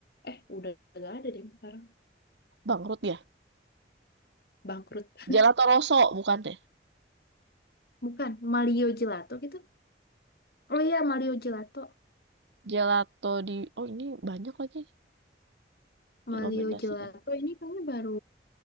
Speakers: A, on the left; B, on the right.
A: Eh, udah gak ada deh sekarang.
B: Bangkrut ya?
A: Bangkrut.
B: Gelato Rosso bukan deh.
A: Bukan, Malio Gelato gitu. Oh iya, Malio Gelato.
B: Gelato di Oh, ini banyak lagi
A: Malio
B: rekomendasinya.
A: Gelato ini kayaknya baru